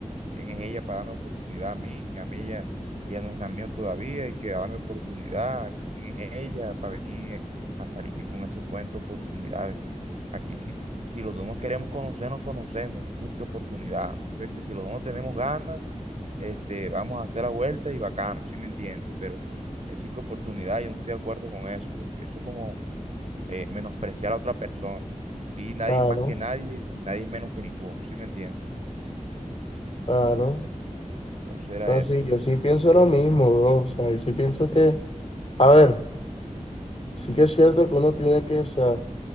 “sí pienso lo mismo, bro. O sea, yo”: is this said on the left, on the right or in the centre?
Left